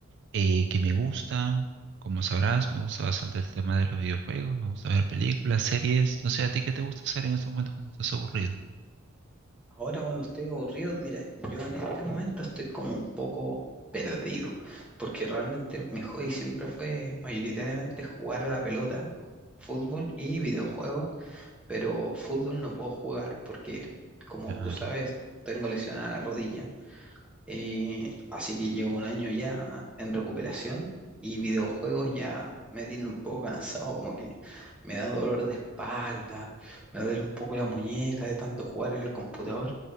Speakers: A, on the right; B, in the centre.
A: eh, que me gustan. Como sabrás, me gusta bastante el tema de los videojuegos, me gusta ver películas, series. No sé, ¿a ti qué te gusta hacer en este momento cuando estás aburrido?
B: Ahora cuando estoy aburrido, mira, yo en este momento estoy como un poco perdido, porque realmente mi hobby siempre fue mayoritariamente jugar a la pelota, fútbol y videojuegos, pero fútbol no puedo jugar porque, como
A: Claro.
B: tú sabes, tengo lesionada la rodilla Eh, así que llevo un año ya en recuperación y videojuegos ya me tienen un poco cansado, como que me da dolor de espalda, me duele un poco la muñeca de tanto jugar en el computador.